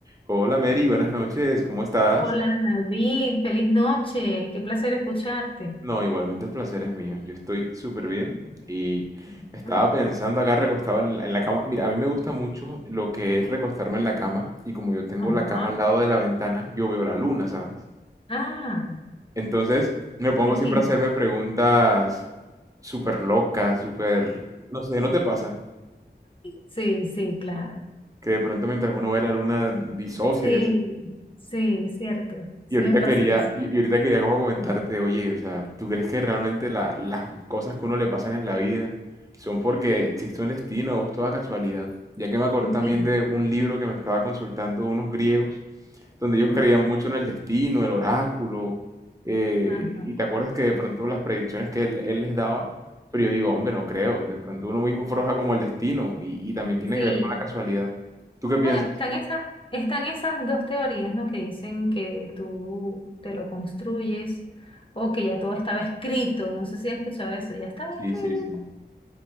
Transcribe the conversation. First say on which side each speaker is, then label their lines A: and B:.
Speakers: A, on the right; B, on the left.
A: Hola Mary, buenas noches, ¿cómo estás?
B: Hola David, feliz noche, qué placer escucharte.
A: No, igualmente el placer es mío, yo estoy súper bien y
B: Ujú.
A: estaba pensando acá recostado en la, en la cama. Mira, a mí me gusta mucho lo que es recostarme en la cama y como yo tengo
B: Ajá.
A: la cama al lado de la ventana, yo veo la luna, ¿sabes?
B: Ah,
A: Entonces me pongo
B: qué fin.
A: siempre a hacerme preguntas súper locas, súper... No sé, ¿no te pasa?
B: Sí, sí, claro.
A: Que de pronto mientras uno ve la luna disocia
B: Sí, sí, cierto. Sí
A: Y ahorita
B: me pasa
A: quería,
B: eso.
A: y y ahorita quería como comentarte, oye, o sea, ¿tú crees que realmente la- las cosas que uno le pasan en la vida son porque existe un destino o es toda casualidad? Ya que me acordé
B: Sí.
A: también de un libro que me estaba consultando unos griegos, donde
B: Ujú.
A: ellos creían mucho en el destino, el oráculo, eh,
B: Ajá.
A: y te acuerdas que de pronto las predicciones que él, él les daba, pero yo digo, hombre, no creo, de pronto uno mismo forja como el destino y, y también tiene
B: Sí.
A: que ver con la casualidad. ¿Tú qué piensas?
B: Bueno, están esas, están esas dos teorías, ¿no? Que dicen que tú te lo construyes o que ya todo estaba escrito. No sé si has escuchado eso. Ya estaba
A: Sí,
B: escrito.
A: sí, sí.